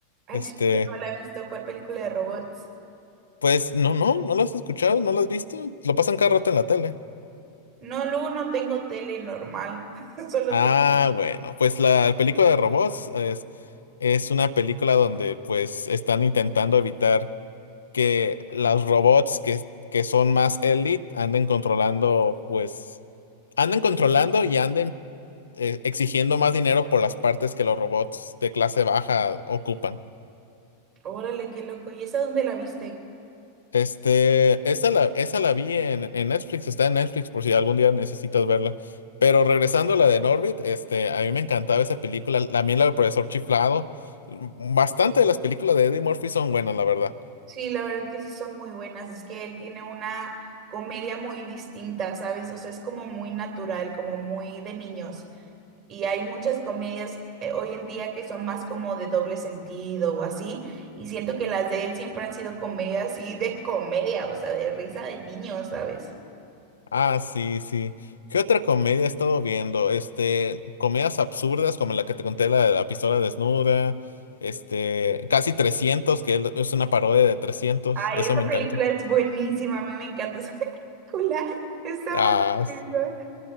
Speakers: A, on the right; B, on the left.
A: ah,
B: Este,
A: chis, no la he visto, ¿cuál película de robots?
B: pues no, no, no lo has escuchado, no lo has visto. Lo pasan cada rato en la tele.
A: No, luego no tengo tele normal, <laughs> solo
B: Ah,
A: te...
B: bueno, pues la película de robots es, es una película donde pues están intentando evitar que los robots que, que son más elite anden controlando, pues, anden controlando y anden eh, exigiendo más dinero por las partes que los robots de clase baja ocupan.
A: Órale, qué loco. ¿Y esa dónde la viste?
B: Este, esa la, esa la vi en, en Netflix, está en Netflix por si algún día necesitas verla. Pero regresando a la de Norbit, este, a mí me encantaba esa película, la mí la del profesor chiflado. Bastante de las películas de Eddie Murphy son buenas, la verdad.
A: Sí, la verdad que sí son muy buenas. Es que él tiene una comedia muy distinta, ¿sabes? O sea, es como muy natural, como muy de niños. Y hay muchas comedias eh, hoy en día que son más como de doble sentido o así. Y siento que las de él siempre han sido comedias así de comedia, o sea, de risa de niños, ¿sabes?
B: Ah, sí, sí. ¿Qué otra comedia he estado viendo? Este, comedias absurdas como la que te conté, la de la pistola desnuda, este, casi 300 que es es una parodia de 300.
A: Ay,
B: eso
A: esa
B: me
A: película
B: encantó.
A: es buenísima. A mí me encanta esa película. <laughs> Está
B: Ah,
A: muy
B: s-
A: chistosa.